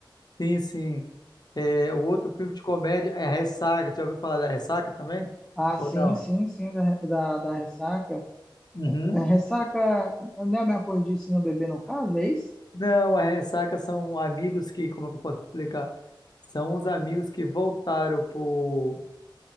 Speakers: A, on the left; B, in the centre.
A: sim, sim. É, o outro filme de comédia é Ressaca, tu já ouviu falar da Ressaca também?
B: Ah,
A: Ou
B: sim,
A: não?
B: sim, sim, da, da, da ressaca.
A: Uhum.
B: É, ressaca não é a mesma coisa de se não beber no caso, é isso?
A: Não, a ressaca são amigos que, como é que eu posso explicar? São os amigos que voltaram pro,